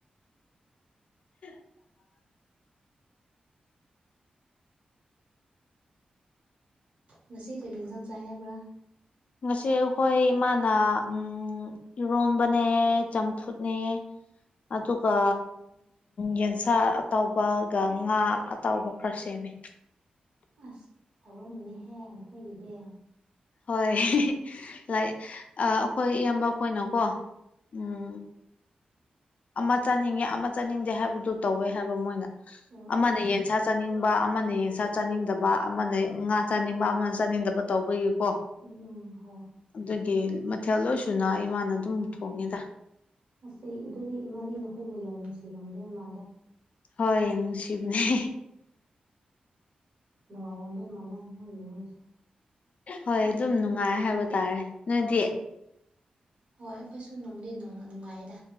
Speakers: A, on the left (about 55°); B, on the right (about 50°).
A: <inaudible>
B: ꯉꯁꯤ ꯀꯔꯤ ꯏꯟꯁꯥꯡ ꯆꯥꯏ ꯍꯥꯏꯕ꯭ꯔꯥ
A: ꯉꯁꯤ ꯑꯩꯈꯣꯏ ꯏꯃꯥꯅ ꯎꯝ ꯏꯔꯣꯟꯕꯅꯦ ꯆꯝꯐꯨꯠꯅꯦ ꯑꯗꯨꯒ ꯌꯦꯟꯁꯥ ꯑꯇꯥꯎꯕꯒ ꯉꯥ ꯑꯇꯥꯎꯕ ꯈꯔ ꯁꯦꯝꯃꯦ
B: ꯑꯁ ꯍꯧꯔꯝꯕꯅꯤꯍꯦ ꯅꯈꯣꯏꯒꯤꯗꯤ
A: ꯍꯣꯏ ꯂꯥꯏ ꯑ ꯑꯩꯈꯣꯏ ꯏꯕꯈꯣꯏꯅꯣꯀꯣ ꯎꯝ ꯑꯃ ꯆꯥꯅꯤꯡꯉꯦ ꯑꯃ ꯆꯥꯅꯤꯡꯗꯦ ꯍꯥꯏꯕꯗꯨ ꯇꯧꯋꯦ ꯍꯥꯏꯕ ꯃꯣꯏꯅ
B: ꯑꯣ ꯑꯣ
A: ꯑꯃꯅ ꯌꯦ ꯁꯥ ꯆꯥꯅꯤꯡꯕ ꯑꯃꯅ ꯌꯦꯟꯁꯥ ꯆꯥꯅꯤꯡꯗꯕ ꯑꯃꯅ ꯉꯥ ꯆꯥꯅꯤꯡꯕ ꯑꯃꯅ ꯆꯥꯅꯤꯡꯗꯕ ꯇꯧꯕꯒꯤꯀꯣ
B: ꯎꯝ ꯎꯝ ꯍꯣꯏ
A: ꯑꯗꯨꯒꯤ ꯃꯊꯦꯜ ꯑꯣꯏꯁꯨꯅ ꯏꯃꯥꯅ ꯑꯗꯨꯝ ꯊꯣꯡꯉꯤꯗ
B: ꯑꯁꯤ ꯑꯗꯨꯗꯤ ꯏꯃꯥꯗꯤ ꯅꯈꯣꯏꯕꯨ ꯌꯥꯝ ꯅꯨꯡꯁꯤꯔꯝꯗꯣꯏ ꯃꯥꯂꯦ
A: ꯍꯣꯏ ꯅꯨꯡꯁꯤꯕꯅꯦ
B: ꯅꯨꯡꯉꯥꯏꯔꯝꯗꯣꯏ ꯃꯥꯜꯂꯦ ꯅꯣꯏ ꯏꯃꯨꯡꯁꯦ
A: ꯍꯣꯏ ꯑꯗꯨꯝ ꯅꯨꯡꯉꯥꯏ ꯍꯥꯏꯕ ꯇꯥꯔꯦ ꯅꯣꯏꯗꯤ
B: ꯍꯣꯏ ꯑꯩꯈꯣꯏꯁꯨ ꯅꯨꯡꯗꯤ ꯅꯨꯡꯉꯥꯏꯗ